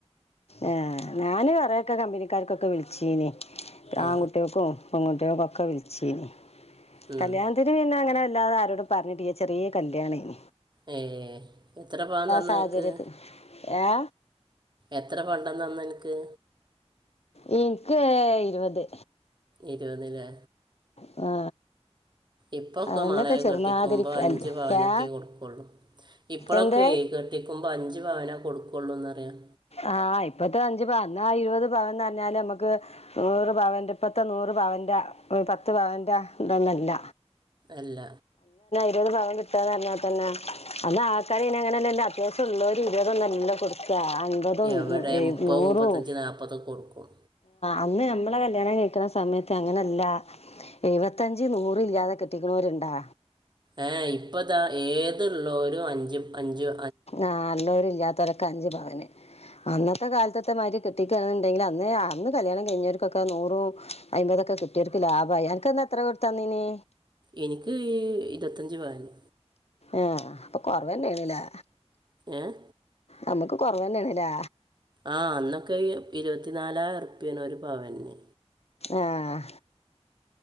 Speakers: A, on the left; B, on the right.
A: ആ ഞാന് കുറെയൊക്കെ കമ്പനിക്കാർക്കൊക്കെ വിളിചീനി.
B: ആ
A: ആങ്കുട്ട്യാൾക്കും. പെൺകുട്യോക്കും ക്കെ വിളിചീനി.
B: ഉം.
A: കല്യാണത്തിരി പിന്നെ അങ്ങനെ അല്ലാതെ ആരോട് പറഞ്ഞിട്ടില്ല. ചെറിയ കല്യാണന്.
B: ഏ എത്ര പവൻ തന്ന
A: സാഹചര്യത്തിൽ
B: ങ്ങക്ക്?
A: ഏ
B: എത്ര പണ്ടം തന്ന ങ്ങക്ക്?
A: നക്ക് ഇരുപത്.
B: ഇരുപത് ലെ.
A: ആ
B: ഇപ്പൊക്കെ
A: അന്നൊക്കെ
B: മളെ
A: ചെറുമാതിരി
B: കെട്ടിക്കുമ്പോ
A: കല്ല്
B: അഞ്ചു പവനൊക്കെ
A: ഏ
B: കൊടുക്കുള്ളൂ. ഇപ്പോഴൊക്കെ
A: എന്തേ
B: ഏ കെട്ടിക്കുമ്പോ പ്പൊ അഞ്ച് പാവന കൊടുക്കുള്ളൂന്ന്റിയാം.
A: ആഹ ഇപ്പത്തെ അഞ്ചു പാവ എന്നാ ഇരുപത് പവൻന്ന് പറഞ്ഞാല് നമ്മുക്ക് നൂറ് പവന്റെ ഇപ്പത്തെ നൂറ് പവന്റെ പത്ത് പവന്റെ ഇണ്ടൊന്നല്ല.
B: അല്ല.
A: ഇപം കിട്ടാൽ തന്നെ അ ആൾക്കാര് ഇ അങ്ങനെ എ അത്യാവശ്യം ഇളോലുംഒരു തന്നെ കൊടു അമ്പതും
B: എവിടെ മുപ്പത്
A: നൂറും
B: മുപ്പത്തഞ്ച് നാൽപ്പതൊക്കെ കൊടുക്കും
A: അന്ന് മ്മളെ കല്യാണം കയ്ക്ക്‌ണ സമയത്ത് അങ്ങനല്ല എഴുപത്തഞ്ച് നൂറ് ഇല്ലാതെ കെട്ടിക്ക്‌ണോര്ണ്ടാ
B: ഏഹ് ഇപ്പതാ ഏത്ള്ളോ <unintelligible> അഞ്ച് അഞ്ചോ
A: ആഹ് ഇല്ലോരും ഇല്ലാത്തോരൊക്കെ അഞ്ച് പവന് അന്നത്തെ കാലത്ത്ത്തെ മായ്രി കെട്ടിക്കാണ് ന്ന്ണ്ടെങ്കിൽ അന്ന് അന്ന് കല്യാണം കഴിഞ്ഞവർക്കൊക്കെ നൂറും അയ്മ്പതൊക്കെ കിട്ടിയോര്ക്ക് ലാഭയി. അൻക്കന്ന് എത്ര കൊടുത്താന്നീനെ
B: എനിക്ക് ഇര്പത്തഞ്ച് പവന്
A: ആഹ് അപ്പ കൊറവന്നെണ്ലെ
B: ഏഹ്
A: നമ്മക്ക് കോറവെന്നെണ്ല്ലെ
B: ആഹ് അന്നൊക്കെ ഇരുപത്തിനാലായിരം ഉർപ്യെന് ഒരു പവന്ന്
A: ആഹ്